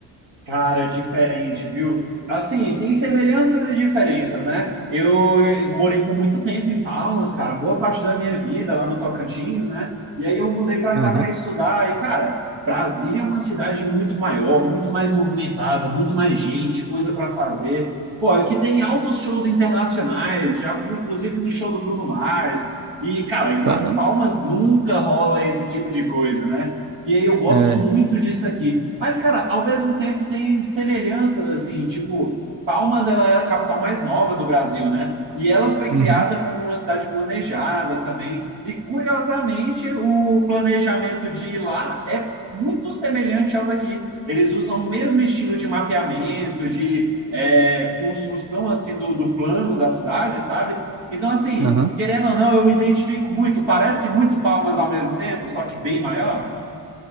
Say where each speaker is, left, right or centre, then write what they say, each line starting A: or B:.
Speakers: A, on the right; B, on the right.
A: Cara, diferente, viu? Assim, tem semelhanças e diferenças, né? Eu eh, morei por muito tempo em Palmas, cara, boa parte da minha vida lá no Tocantins, né? E aí eu mudei para
B: Aham,
A: cá para estudar. E, cara, Brasília é uma cidade muito maior, muito mais movimentada, muito mais gente, coisa para fazer. Pô, aqui tem altos shows internacionais, já fui inclusive no show do Bruno Mars. E, cara, em Bra-
B: Caramba,
A: em Palmas nunca rola esse tipo de coisa, né? E aí eu gosto
B: é,
A: muito disso aqui. Mas, cara, ao mesmo tempo tem semelhanças, assim, tipo, Palmas ela é a capital mais nova do Brasil, né? E ela foi
B: uhum,
A: criada como uma cidade planejada também. E, curiosamente, o planejamento de lá é muito semelhante ao daqui. Eles usam o mesmo estilo de mapeamento, de é, construção, assim, do, do plano da cidade, sabe? Então, assim,
B: aham.
A: querendo ou não, eu me identifico muito. Parece muito Palmas ao mesmo tempo, só que bem maior.